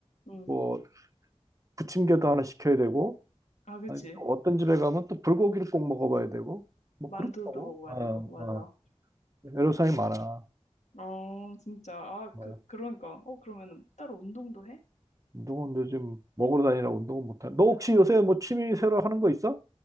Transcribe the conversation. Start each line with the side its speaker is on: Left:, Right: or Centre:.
Left: 응.
Right: 뭐, 부침개도 하나 시켜야 되고,
Left: 아, 그치.
Right: 아니, 또 어떤 집에 가면 또 불고기를 꼭 먹어봐야 되고, 뭐,
Left: 만두도
Right: 그렇더라고.
Left: 먹어야
Right: 아,
Left: 되고, 맞아.
Right: 아, 애로사항이 많아.
Left: 어, 진짜. 아,
Right: 어.
Left: 그, 그러니까. 어, 그러면은 따로 운동도 해?
Right: 운동은 요즘 먹으러 다니라 운동은 못하. 너 혹시 요새 뭐 취미 새로 하는 거 있어?